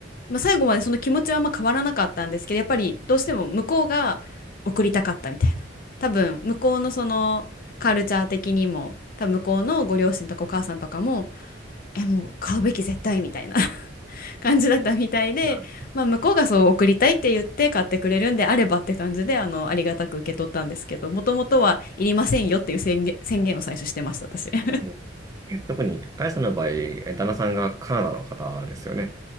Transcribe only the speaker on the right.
う
んうん特に、あやさんの場合、え旦那さんがカナダの方ですよね。